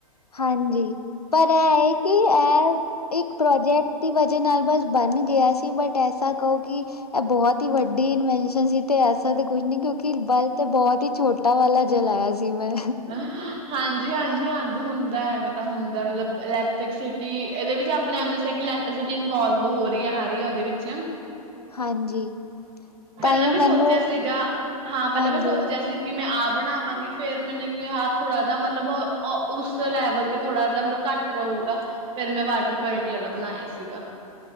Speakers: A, on the left (about 80°); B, on the right (about 30°).
A: ਹਾਂਜੀ, ਪਰ ਇਹ ਹੈ ਕਿ ਇਹ ਇੱਕ ਪ੍ਰੋਜੈਕਟ ਦੀ ਵਜ੍ਹਾ ਨਾਲ ਬਸ ਬਣ ਗਿਆ ਸੀ, ਬਟ ਐਸਾ ਕਹੋ ਕਿ ਇਹ ਬਹੁਤ ਹੀ ਵੱਡੀ ਇਨਵੈਨਸ਼ਨ ਸੀ ਤੇ ਐ ਤੇ ਕੁੱਝ ਨੀ, ਕਿਉਂਕਿ ਬਲ ਤੇ ਬਹੁਤ ਹੀ ਛੋਟਾ ਵਾਲਾ ਜਲਾਇਆ ਸੀ ਮੈਂ।
B: ਅ। ਹਾਂਜੀ-ਹਾਂਜੀ ਹੁੰਦਾ, ਐਵੇਂ ਤਾਂ ਹੁੰਦਾ, ਮਤਲਬ ਇਲੈਕਟਿਕਸਿਟੀ ਇਹਦੇ ਵਿੱਚ ਆਪਣਾ ਐਮ ਦੱਸਿਆ ਕਿ ਇ ਇਨਵੋਲਵ ਹੋ ਰੀ ਐ। ਆਰੀ ਐ ਓਦੇ ਵਿੱਚ।
A: ਹਾਂਜੀ। ਤਾਂਹੀਓ
B: ਪੈਲਾਂ ਮੈਂ
A: ਮੈਨੂੰ
B: ਸੋਚੇਆ ਸੀਗਾ ਹਾਂ ਪੈਲੇ
A: ਹਾਂਜੀ
B: ਮੈਂ ਸੋਚੇਆ ਸੀ ਕਿ ਮੈਂ ਆ ਬਣਾਵਾਂਗੀ ਫੇਰ ਮੈਨੇ ਕੇਆ ਥੋੜਾ ਜਾ ਮਲਬ ਉਸ ਲੈਵਲ ਤੇ ਥੋੜਾ ਜਾ ਮਲਬ ਘੱਟ ਰਊਗਾ। ਫੇਰ ਮੈਂ ਵਾਟਰ ਪਿਓਰਟੀ ਆਲਾ ਬਣਾਏਆ ਸੀਗਾ।